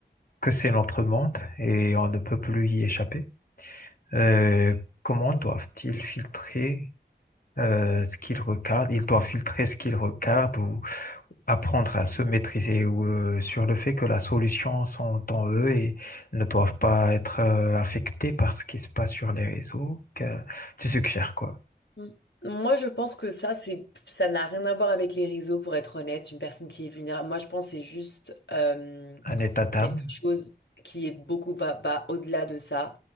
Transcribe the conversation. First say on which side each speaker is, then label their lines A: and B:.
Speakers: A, on the left (about 55°); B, on the left (about 80°).
A: que c'est notre monde et on ne peut plus y échapper. Euh, comment doivent-ils filtrer? euh, ce qu'il regarde. Il doit filtrer ce qu'il regarde ou apprendre à se maîtriser ou, euh, sur le fait que la solution sont en eux et ne doivent pas être euh, affectés par ce qui se passe sur les réseaux. Que tu suggères quoi?
B: Mm. Moi, je pense que ça, c'est, ça n'a rien à voir avec les réseaux, pour être honnête. Une personne qui est vulnérable, moi, je pense que c'est juste euh,
A: Un état d'âme?
B: quelque chose qui est beaucoup va, va au-delà de ça.